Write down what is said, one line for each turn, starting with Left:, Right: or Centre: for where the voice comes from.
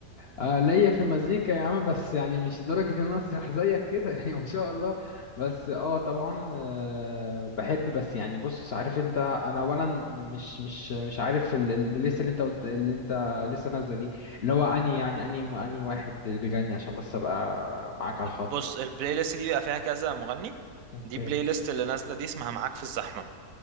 Left: آه ليا في المزيكا يا عم بس يعني مش لدرجه ان انا اسرح زيك كده <laughs> يعني ما شاء الله بس اه طبعا آه بحب بس يعني بص عارف انت انا اولا مش مش مش عارف ال- البلاylist اللي انت قلت اللي انت لسه نازله دي اللي هو اني يعني اني اني واحد اللي بيغني عشان بس ابقى معاك على الخط
Right: بص البلاي ليست دي بيبقى فيها كذا مغني
Left: اوكي
Right: دي بلاي ليست اللي نازله دي اسمها معاك في الزحمه